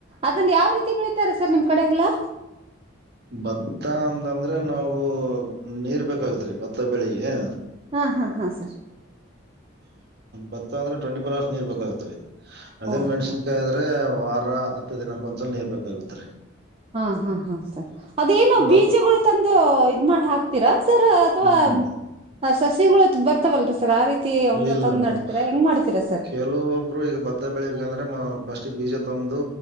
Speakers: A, on the right; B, on the right.
A: ಅದನ್ನ ಯಾವ ರೀತಿ ಬೆಳೀಿತಾರೆ ಸರ್ ನಿಮ್ ಕಡೆ ಎಲ್ಲಾ
B: ಬತ್ತ ಅಂದ ಅ್ರೆ ನಾವು ನೀರ್ ಬೇಕಾಗತ್್ರರಿ ಭತ್ತ ಬೆಳಿಗ್ ಆ
A: ಹಾ ಹಾ ಹಾ ಸರ್
B: ಬತ್ತ ಅಂದ್ರೆ ಟ್ವೆಂಟಿ ಫೋರ್ ಅವರ್ಸ್ ನೀರ್ ಬೇಕಾಗತ್ರಿ ಅದೇ
A: ಓಹೋ
B: ಮೆಣ್ಸಿನ್ಕಾಯಿ ಆದ್ರೆ ವಾರ ಹತ್ತು ದಿನಕ್ಕ ಒಂದ್ಸಲ ನೀರ್ ಬೇಕಾಗತ್ರಿ
A: ಹಾ ಹಾ ಹಾ ಸರ್ ಅದೇನು
B: ಭತ್
A: ಬೀಜಗಳು ತಂದು ಇದ್ ಮಾಡಿ ಹಾಕ್ತೀರಾ ಸರ್ ಅಥವಾ
B: ಹ್ಮ್
A: ಹ ಸ ಸಿಗಳು ಬರ್ತಾವಲ್ರ ಸರ್ ಆ ರೀತಿ ಅವನ
B: ಇಲ್ಲ
A: ತಂದ್
B: ಮೇಡಮ್
A: ನಡ್ತೀರಾ ಹೆಂಗ್ ಮಾಡ್ತೀರ ಸರ್
B: ಕೆಲವೊಬ್ರು ಈಗ ಭತ್ತ ಬೆಳಿಬೇಕಂದ್ರೆ ಫಸ್ಟ್ ಬೀಜ ತಂದು